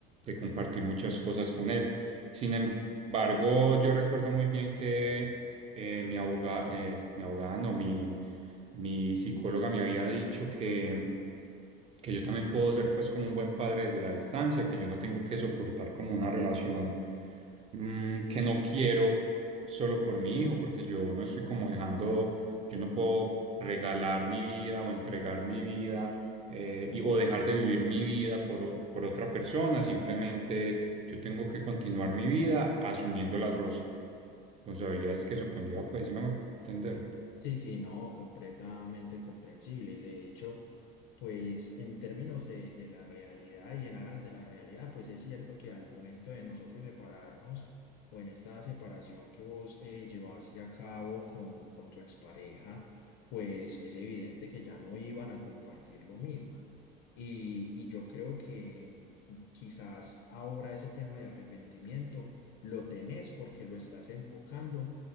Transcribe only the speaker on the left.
Sí, sí, no, completamente comprensible. Y de hecho, pues en términos de, de la realidad y en aras de la realidad, pues es cierto que al momento de nosotros separarnos o en esta separación que vos eh, llevaste a cabo con, con tu expareja, pues es evidente que ya no iban a compartir lo mismo. Y, y yo creo que mm, quizás ahora ese tema de arrepentimiento lo tenés porque lo estás enfocando